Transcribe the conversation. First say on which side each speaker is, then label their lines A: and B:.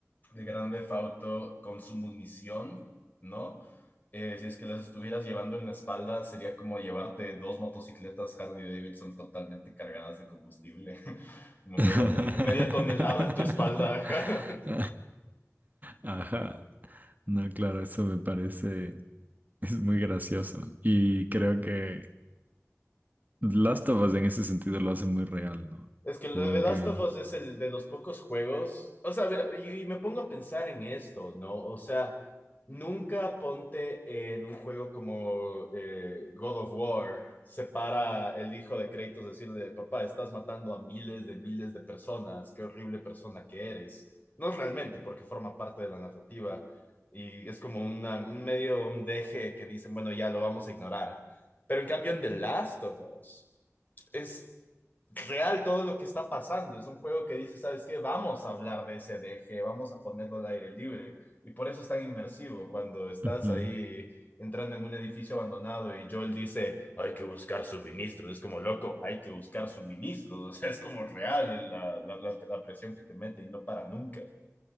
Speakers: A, on the left (about 35°); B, on the right (about 35°).
A: de grande Auto con su munición, ¿no? Eh, si es que las estuvieras llevando en la espalda, sería como llevarte dos motocicletas Harley Davidson totalmente cargadas de combustible, <laughs> como
B: <laughs>
A: media, ton- media tonelada en tu espalda. <laughs> ajá.
B: Ajá. No, claro, eso me parece, es muy gracioso. Y creo que Last of Us en ese sentido lo hace muy real, ¿no?
A: Es que lo
B: Como
A: de The Last
B: que...
A: of Us es el de los pocos juegos. O sea, a ver, y, y me pongo a pensar en esto, ¿no? O sea, nunca ponte en un juego como eh, God of War, se para el hijo de Kratos decirle, papá, estás matando a miles de miles de personas, qué horrible persona que eres. No realmente, porque forma parte de la narrativa y es como una, un medio, un deje que dicen, bueno, ya lo vamos a ignorar. Pero en cambio en The Last of Us es real todo lo que está pasando. Es un juego que dice, ¿sabes qué? Vamos a hablar de ese D G vamos a ponerlo al aire libre. Y por eso es tan inmersivo cuando estás
B: Ujú.
A: ahí entrando en un edificio abandonado y Joel dice, hay que buscar suministros. Es como, loco, hay que buscar suministros. <laughs> O sea, es como real la, la, la, la presión que te mete y no para nunca.